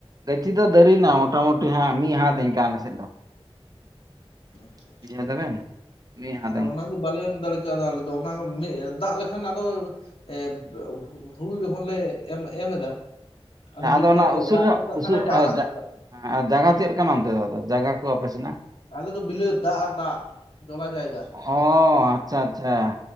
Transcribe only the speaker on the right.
ᱜᱟᱹᱪᱷᱤ ᱫᱚ ᱫᱟᱨᱤᱭᱮᱱᱟ ᱢᱚᱴᱟᱢᱩᱴᱤ ᱦᱟᱸᱜ ᱢᱤᱫ ᱦᱟᱛ ᱤᱱᱠᱟ ᱟᱞᱮ ᱥᱮᱜ ᱫᱚ,
ᱵᱩᱡᱷᱟᱹᱣ ᱫᱟᱵᱮᱱ ᱢᱤᱫ ᱦᱟᱛ
ᱤᱱᱠᱟ᱾
ᱦᱮᱸ
ᱚᱱᱟ
ᱩᱥᱩᱞ
ᱧᱚᱜ
ᱩᱥᱩᱞ
ᱦᱮᱸ ᱟᱨ ᱡᱟᱭᱹᱜᱟ ᱪᱮᱜ ᱞᱮᱠᱟᱱᱟ ᱚᱱᱛᱮ ᱫᱚ ᱟᱫᱚ ᱡᱟᱜᱟ ᱠᱚ ᱟᱯᱮ ᱥᱮᱱᱟᱜ,
ᱦᱚᱸ ᱟᱪᱪᱷᱟ ᱟᱪᱪᱷᱟ